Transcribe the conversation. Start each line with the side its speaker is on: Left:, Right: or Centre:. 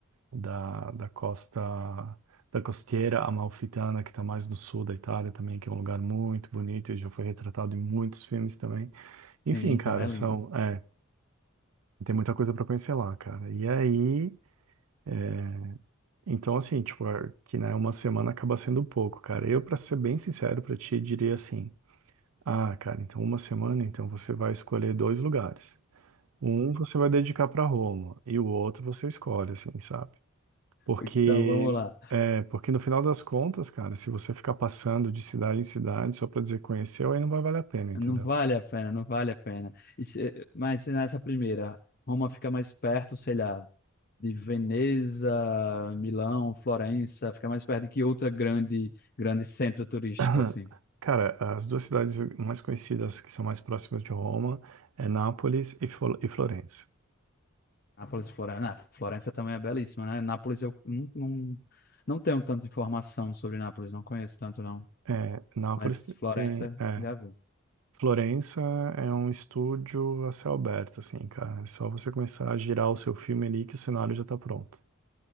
Right: da, da costa da costeira amalfitana, que está mais no sul da Itália também, que é um lugar muito bonito e já foi retratado em muitos filmes também. Enfim,
Left: Sim,
Right: cara,
Left: também é lindo.
Right: são, é, tem muita coisa para conhecer lá, cara. E aí, é, então assim, tipo, é que né, uma semana acaba sendo pouco, cara. Eu, para ser bem sincero para ti, diria assim: "Ah, cara, então uma semana, então você vai escolher dois lugares. Um você vai dedicar para Roma e o outro você escolhe, assim, sabe? Porque,
Left: Então, vamos lá.
Right: é, porque no final das contas, cara, se você ficar passando de cidade em cidade só pra dizer conheceu, aí não vai valer a pena, entendeu?
Left: Não vale a pena, não vale a pena. E se- mas se nessa primeira, Roma fica mais perto, sei lá, de Veneza, Milão, Florença, fica mais perto de que outra grande, grande centro turístico,
Right: <clears throat>
Left: assim.
Right: Cara, as duas cidades mais conhecidas que são mais próximas de Roma é Nápoles e, Flo- e Florença.
Left: Nápoles e Florença. Ah, Florença também é belíssima, né? Nápoles eu não, não, não tenho tanta informação sobre Nápoles, não conheço tanto, não.
Right: É, Nápoles
Left: Mas
Right: te-
Left: Florença,
Right: tem, é,
Left: já vi.
Right: Florença é um estúdio a céu aberto, assim, cara. É só você começar a girar o seu filme ali que o cenário já tá pronto.